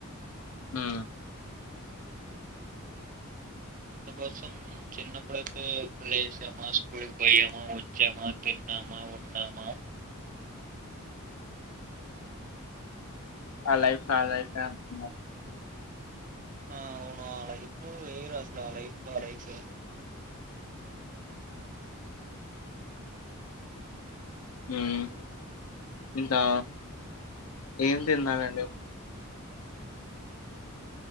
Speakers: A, on the left; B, on the right.
A: ఆ.
B: అందుకోసం చిన్నప్పుడైతే పాల్ చేసామా స్కూల్కి పోయామా వచ్చామా తిన్నామా ఉన్నామా.
A: ఆ లైఫ్ న లైఫ్ ఫె అంటున్నారు.
B: ఆ అవును ఆ లైఫు, వెరు అసలు ఆ లైఫు ఆ లైఫె.
A: ఉమ్ ఇంకా, ఏం తిన్నావండి.